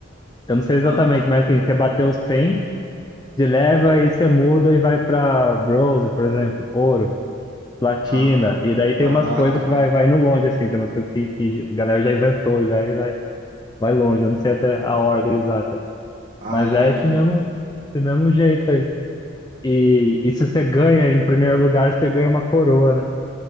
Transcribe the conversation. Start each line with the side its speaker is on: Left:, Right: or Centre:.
Left: Eu não sei exatamente,
Right: ah,
Left: mas assim, você bateu 100 de level, aí você muda e vai pra bronze, por exemplo. Ouro, platina.
Right: ah,
Left: E daí tem
Right: ah,
Left: umas coisas
Right: tá.
Left: que vai, vai indo longe, assim. Tem umas coisas que, que a galera já inventou, já e vai. vai longe, eu não sei até a ordem exata.
Right: Ah,
Left: Mas
Right: entendi.
Left: é esse mesmo, esse mesmo jeito aí. E, e se você ganha em primeiro lugar, você ganha uma coroa, né?